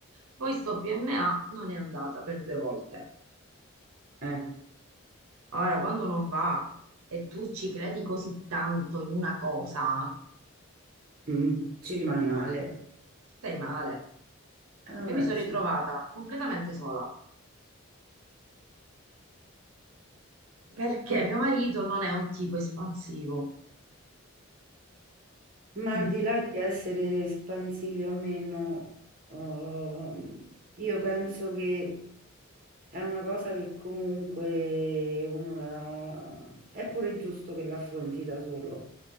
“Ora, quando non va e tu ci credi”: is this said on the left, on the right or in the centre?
Right